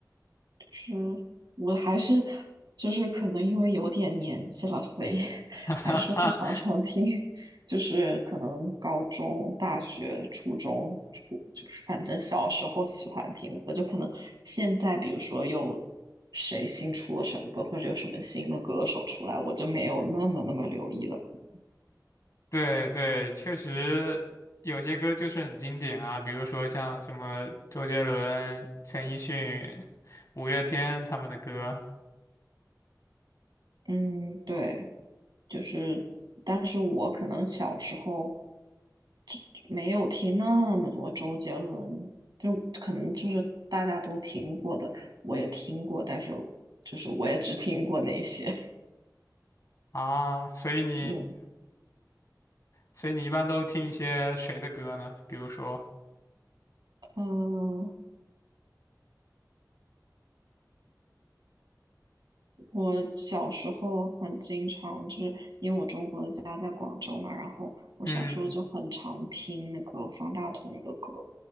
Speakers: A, on the right (about 85°); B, on the left (about 50°).
A: 就是我还是就是可能因为有点年纪了，所以 <laughs>
B: <laughs> 哈哈
A: 还是会常常听，就是可能高中、大学、初中、初就是反正小时候喜欢听的歌，就可能现在比如说有谁新出了什么歌，或者有什么新的歌手出来，我就没有那么那么留意了，可能
B: 对对，确实有些歌就是很经典啊，比如说像什么周杰伦、陈奕迅、五月天他们的歌
A: 嗯对。就是，但是我可能小时候就没有听那么多周杰伦，就可能就是大家都听过的，我也听过，但是就是我也只听过那些。
B: 啊，所以你
A: 嗯，
B: 所以你一般都听一些谁的歌呢？比如说，
A: 呃，我小时候很经常就是因为我中国的家在广州嘛，然后我小时候就很常听那个方大同的歌。
B: 嗯